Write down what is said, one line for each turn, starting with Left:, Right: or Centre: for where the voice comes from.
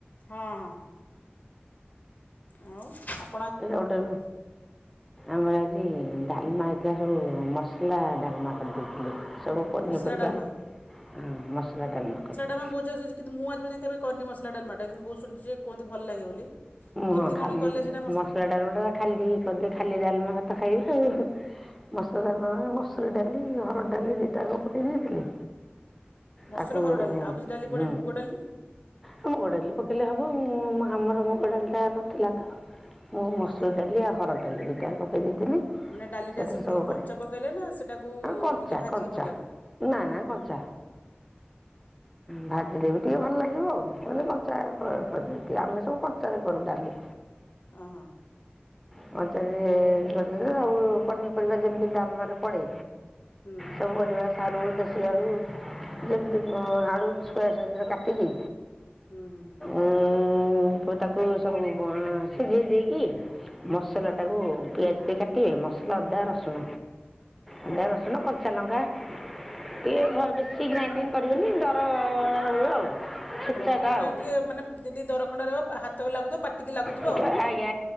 Left: ହଁ ହଁ। ଆଉ ଆ
Centre: ଏଟା ଗୋଟେ
Left: <inaudible>
Centre: ଆମର ଆଜି ଡାଲମା ହେଇଥିଲା ସବୁ ମସଲା ଡାଲମା କରିଦେଇଥିଲି ସବୁ। ପନିପରିବା
Left: ମସଲା ଡାଲମା
Centre: ହୁଁ ମସଲା ଡାଲମା କରିବା।
Left: କଣ ବୁଝାସୋଜି କିନ୍ତ ମୁଁ ଆଜି ପର୍ଯ୍ୟନ୍ତ କେବେ କରିନି ମସଲା ଡାଲମାଟା। କିନ୍ତୁ ବହୁ ଶୁଣିଛି ଯେ କୁହନ୍ତି ଭଲ ଲାଗେ ବୋଲି।
Centre: ମୁଁ
Left: କେମିତି
Centre: ହଁ ଖାଲି
Left: କଣ କଲେ ସେଇଟା
Centre: ମସଲା ଡାଲମାଟା ଖାଲି କରିଦେ ଖାଲି ଡାଲମା ଭାତ ଖାଇବି ଆଉ। ମସଲାର ନ ମସୁରୀ ଡାଲି ହରଡ଼ ଡାଲି ଦି ଟାଙ୍କ ଫୁଟେଇ ଦେଇଥିଲି।
Left: ମସୁର
Centre: ତାକୁ
Left: ହରଡ଼ ଡାଲି ଆଉ କିଛି ଡାଲି ପଡ଼େନି
Centre: ହୁଁ।
Left: ମୁଗ ଡାଲି
Centre: ମୁଗ ଡାଲି ପକେଇଲେ ହବ ମୁ ଆମର ମୁଗ ଡାଲିଟା ନଥିଲା ତ। ମୁଁ ମସୁର
Left: ହଁ ହଁ
Centre: ଡାଲି ଆଉ ହରଡ ଡାଲି ଦିଟା ପକେଇ ଦେଇଥିଲି।
Left: ମାନେ ଡାଲିଟା
Centre: ସେଥିରେ
Left: ସେମିତି
Centre: ସବୁ ପରେ
Left: କଞ୍ଚା ପକେଇଲେ ନା ସେଇଟାକୁ
Centre: ଆଉ କଞ୍ଚା
Left: ଟିକି ଭାଜିକି
Centre: କଞ୍ଚା
Left: ପକେଇଲେ?
Centre: ନା ନା କଞ୍ଚା। ଭାଜିଦବୁ ଟିକେ ଭଲ ଲାଗିବ ଆଉ ମାନେ କଞ୍ଚା କ ଆମେ ସବୁ କଞ୍ଚା ରେ କରୁ ଡାଲି।
Left: ଅହ।
Centre: କଞ୍ଚାରେ <unintelligible> ଆଉ ପନିପରିବା ଯେମିତି ଡାଲମାରେ ପଡେ।
Left: ହୁଁ।
Centre: ସବୁ ପରିବା ସାରୁ ଦେଶୀ ଆଳୁ ଯେମିତି ମୁଁ ଆଳୁ ସ୍କୋୟାର ସାଇଜର କାଟିକି
Left: ହୁଁ ହୁଁ
Centre: ଉଁ ପ ତାକୁ ସ କ ସିଝେଇ ଦେଇକି ମସଲାଟାକୁ
Left: ହଁ
Centre: ପିଆଜ ଟିକେ କାଟିବେ ମସଲା ଅଦା ରସୁଣ
Left: ହଁ
Centre: ଅଦା
Left: ହଁ ହଁ
Centre: ରସୁଣ କଞ୍ଚା ଲଙ୍କା। ଟିକେ ଘ ବେଶୀ ଗ୍ରାଇନଡିଂ କରିବେନି ଦର ରହିବ ଆଉ।
Left: ଓହୋ
Centre: ଛେଚାଟା
Left: ମାନେ
Centre: ଆଉ
Left: ଟିକେ ମାନେ ଯେମିତି ଦରଖଣ୍ଡ ରହିବ ପାହାର୍ ହାତକୁ ଲାଗୁଥିବ ପାଟିକି ଲାଗୁଥିବ
Centre: ଆଜ୍ଞା
Left: ଆଉ